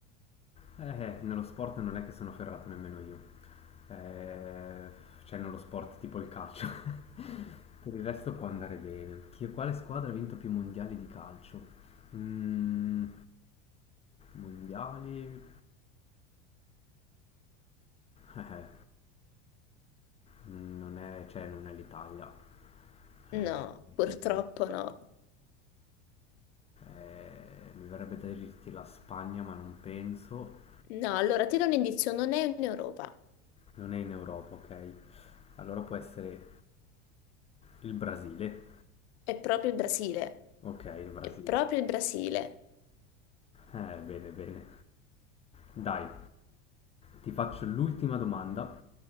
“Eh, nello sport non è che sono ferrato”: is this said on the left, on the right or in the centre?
Left